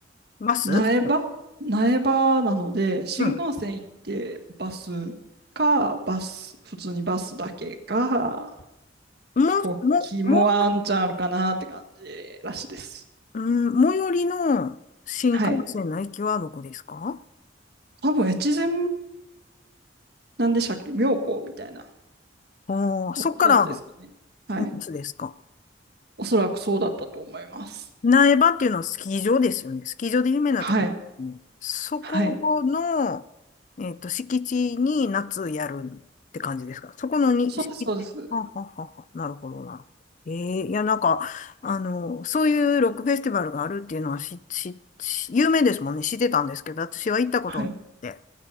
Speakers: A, on the left; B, on the right.
A: バス
B: 苗場苗場なので、新幹線行ってバスか、
A: うん。
B: バス、普通にバスだけか、
A: も、も、
B: 飛行機もワンチャンあるかなって感じらしいです。
A: も、うん、最寄りの新幹線の駅はどこですか
B: はい。多分、越前、なんでしたっけ妙高みたいな。
A: ああー、そっから、
B: ご存知ですかね。はい。
A: いつですか
B: おそらくそうだったと思います。
A: 苗場っていうのはスキー場ですよね。スキー場で有名なとこですね。
B: はい。
A: そこの、
B: はい。
A: えっと、敷地に夏やるって感じですか。そこのに、
B: そうです、
A: 敷地。
B: そうです。
A: はあはあはあはあなるほど、なるほど。ええいや、なんか、あの、そういうロックフェスティバルがあるっていうのはし、し、し有名ですもんね。知ってたんですけど、私は行ったことがなって。
B: はい。